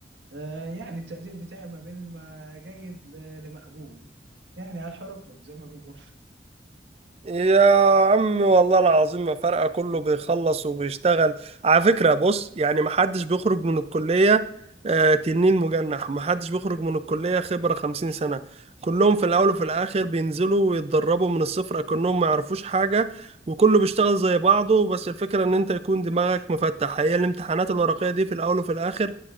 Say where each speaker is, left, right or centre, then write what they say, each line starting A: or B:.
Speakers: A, on the right; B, on the right.
A: آه يعني التقدير بتاعي ما بين ما جيد ل- لمقبول يعني على الحركرك زي ما بيقولوا
B: يا عم والله العظيم ما فارقة كله بيخلص وبيشتغل على فكرة بص يعني محدش بيخرج من الكلية آه، تنين مجنح محدش بيخرج من الكلية خبرة خمسين سنة كلهم في الأول وفي الآخر بينزلوا ويتدربوا من الصفر كأنهم ما يعرفوش حاجة وكله بيشتغل زي بعضه بس الفكرة إن أنت يكون دماغك مفتح هي الامتحانات الورقية دي في الأول وفي الآخر